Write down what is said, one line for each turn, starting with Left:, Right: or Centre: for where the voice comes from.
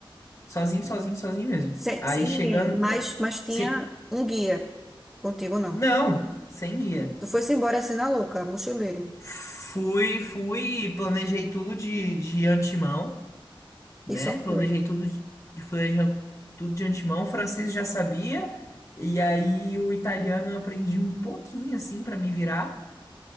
Left: Sozinho, sozinho, sozinho mesmo.
Centre: Sem,
Left: Aí
Centre: sem ninguém,
Left: chegando.
Centre: mas,
Left: é,
Centre: mas tinha
Left: sem-
Centre: um guia. Contigo não.
Left: não, sem guia.
Centre: Tu foi-se embora assim na louca, mochileiro.
Left: Fui, fui, planejei tudo de, de antemão, né?
Centre: E só
Left: Planejei
Centre: foi.
Left: tudo de, planeja- tudo de antemão. O francês eu já sabia. E aí o italiano eu aprendi um pouquinho, assim, pra me virar.